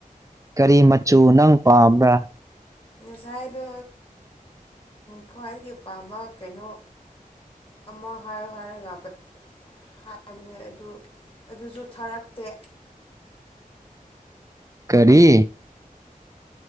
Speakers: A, on the right; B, on the left.
A: ꯀꯔꯤ ꯃꯆꯨ ꯅꯪ ꯄꯥꯝꯕ꯭ꯔꯥ
B: ꯉꯁꯥꯏꯗꯣ ꯈ꯭ꯋꯥꯏꯗꯒꯤ ꯄꯥꯝꯕ ꯀꯩꯅꯣ ꯑꯃ ꯍꯥꯏꯌꯣ ꯍꯥꯏꯔꯒ ꯍꯥꯏꯕꯅꯦ ꯑꯗꯨ ꯑꯗꯨꯁꯨ ꯊꯥꯔꯛꯇꯦ
A: ꯀꯔꯤ